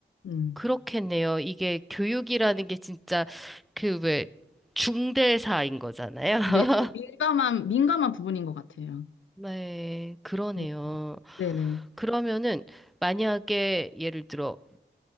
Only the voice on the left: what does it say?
음.
근데 되게 민감한 민감한 부분인 것 같아요.
음, 네네.